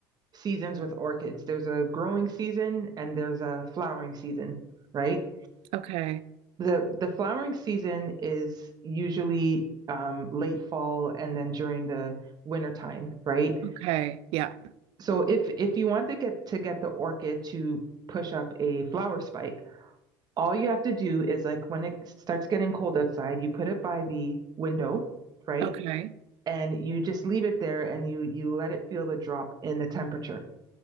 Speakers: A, on the right; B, on the right.
A: seasons with orchids. There's a growing season and there's a flowering season, right?
B: Okay.
A: The the flowering season is usually um, late fall and then during the winter time, right?
B: Okay. Yeah.
A: So if if you want to get to get the orchid to push up a flower spike, all you have to do is like when it starts getting cold outside, you put it by the window, right?
B: Okay.
A: And you just leave it there and you you let it feel the drop in the temperature,